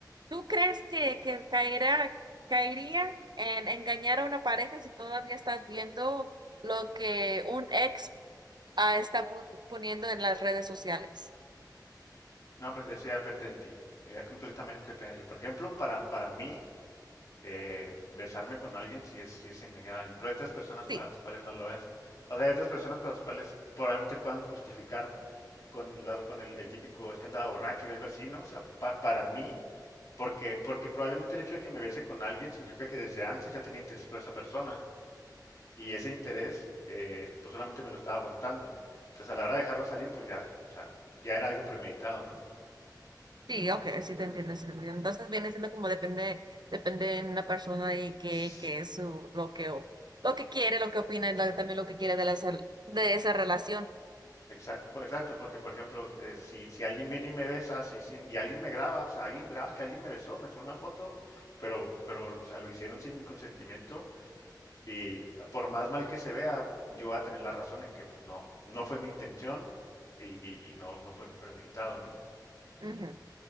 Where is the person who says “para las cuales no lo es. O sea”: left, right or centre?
Left